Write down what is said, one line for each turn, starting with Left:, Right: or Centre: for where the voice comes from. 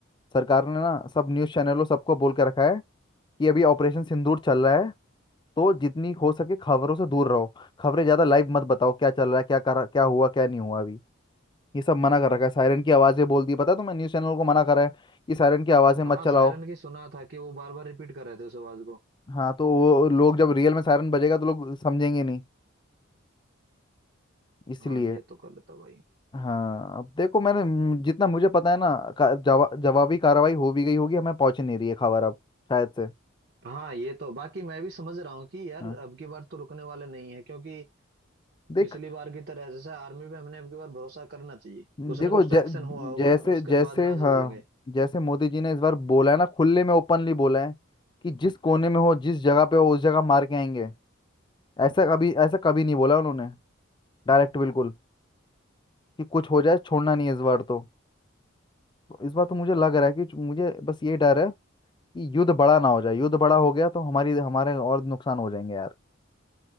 Left: सरकार ने ना सब न्यूज़ चैनलों सबको बोल के रखा है कि अभी ऑपरेशन सिंदूर चल रहा है तो जितनी हो सके खबरों से दूर रहो खबरें ज्यादा लाइव मत बताओ क्या चल रहा है क्या कर क्या हुआ क्या नहीं हुआ अभी ये सब मना कर रखा है सायरन की आवाजें बोल दी पता है तुम्हें न्यूज चैनल को मना करा है कि सायरन की आवाजें मत
Right: हाँ
Left: चलाओ
Right: सायरन की सुना था कि वो बार बार रिपीट कर रहे थे उस आवाज को
Left: हाँ तो वो लोग जब रियल में सायरन बजेगा तो लोग समझेंगे नहीं इसलिए
Right: हाँ ये तो गलत है भाई
Left: हाँ अब देखो मैंने म, जितना मुझे पता है ना का- जवा, जवाबी कार्रवाई हो भी गई होगी हमें पहुंच नहीं रही है खबर अब शायद से
Right: हाँ ये तो बाकी मैं भी समझ रहा हूँ कि यार
Left: हाँ
Right: अब की बार तो रुकने वाले नहीं है क्योंकि
Left: देख
Right: पिछली बार की तरह जैसे आर्मी पे हमने अब की बार भरोसा करना चाहिए कुछ
Left: देखो
Right: ना कुछ
Left: जै,
Right: तो एक्शन हुआ होगा
Left: जैसे
Right: उसके
Left: जैसे
Right: बाद राज
Left: हाँ
Right: उगलेंगे
Left: जैसे मोदी जी ने इस बार बोला है ना खुले में ओपनली बोला है कि जिस कोने में हो जिस जगह पे हो उस जगह मार के आएंगे ऐसा कभी ऐसा कभी नहीं बोला उन्होंने डायरेक्ट बिल्कुल कि कुछ हो जाए छोड़ना नहीं है इस बार तो तो इस बार तो मुझे लग रहा है कि जो- मुझे बस ये डर है कि युद्ध बड़ा ना हो जाए युद्ध बड़ा हो गया तो हमारी हमारे और नुकसान हो जाएंगे यार